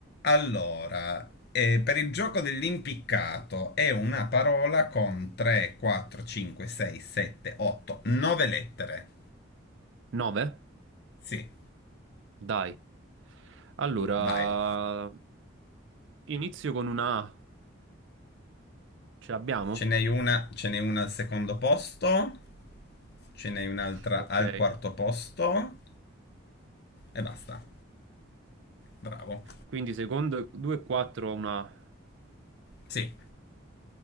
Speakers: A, on the left; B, on the right.
A: Allora, eh, per il gioco dell'impiccato è una parola con 3, 4, 5, 6, 7, 8, 9 lettere.
B: 9?
A: Sì,
B: Dai. Allora,
A: vai.
B: inizio con una A. Ce l'abbiamo?
A: Ce n'hai una, ce n'è una al secondo posto, ce n'hai un'altra
B: Ok.
A: al quarto posto e basta. Bravo.
B: Quindi secondo 2 e 4 ho una A.
A: Sì.